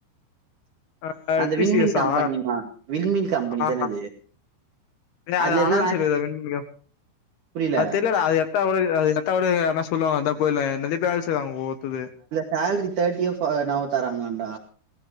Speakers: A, on the left (about 70°); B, on the right (about 65°).
A: ஆ
B: அந்த
A: டி
B: வீண்மீல்
A: சி எஸ்
B: கம்பெனி
A: ஆ
B: மா வீண்மீல் கம்பெனி
A: ஆ
B: தான அது
A: <unintelligible>
B: அதுல என்ன வேல புரியல
A: அது தெர்லட அது எர்த்தா <inaudible> எர்த்தவுட யார்னா சொல்லுவங்க அதா போயல நெறய பேரு வேல செய்வாங்க உங்க ஒட்டலு
B: சல்ரி தேர்ட்டியே ஃப் அ என்னவோ தராங்லண்ட